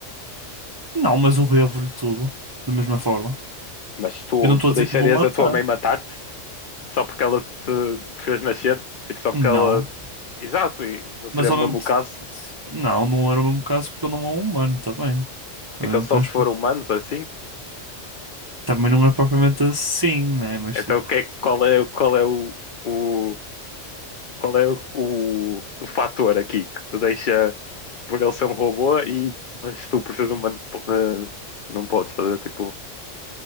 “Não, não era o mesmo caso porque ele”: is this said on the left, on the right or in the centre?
Right